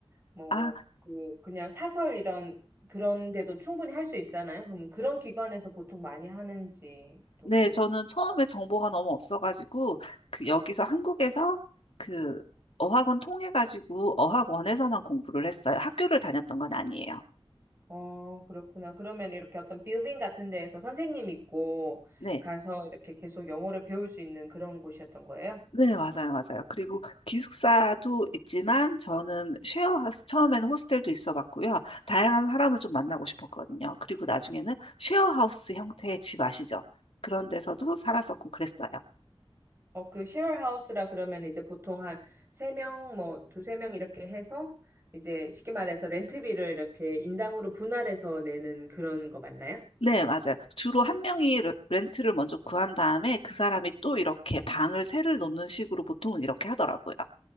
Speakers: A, on the right (about 25°); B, on the left (about 75°).
A: 뭐
B: 아,
A: 그 그냥 사설 이런 그런 데도 충분히 할 수 있잖아요. 그럼 그런 기관에서 보통 많이 하는지 또
B: 네, 저는 처음에 정보가 너무 없어가지고, 그, 여기서 한국에서 그, 어학원 통해가지고, 어학원에서만 공부를 했어요. 학교를 다녔던 건 아니에요.
A: 어, 그렇구나. 그러면 이렇게 어떤 빌딩 같은 데에서 선생님 있고
B: 네,
A: 가서 이렇게 계속 영어를 배울 수 있는 그런 곳이었던 거예요?
B: 네, 맞아요, 맞아요. 그리고 기숙사도 있지만, 저는 쉐어, 하우스, 처음에는 호스텔도 있어 봤고요. 다양한 사람을 좀 만나고 싶었거든요. 그리고 나중에는 쉐어하우스 형태의 집 아시죠? 그런 데서도 살았었고 그랬어요.
A: 어, 그 쉐어하우스라 그러면 이제 보통 한 세명뭐 두세 명 이렇게 해서 이제 쉽게 말해서 렌트비를 이렇게 인당으로 분할해서 내는 그런 거 맞나요?
B: 네, 맞아요. 주로 한 명이 레- 렌트를 먼저 구한 다음에 그 사람이 또 이렇게 방을 새를 놓는 식으로 보통은 이렇게 하더라고요.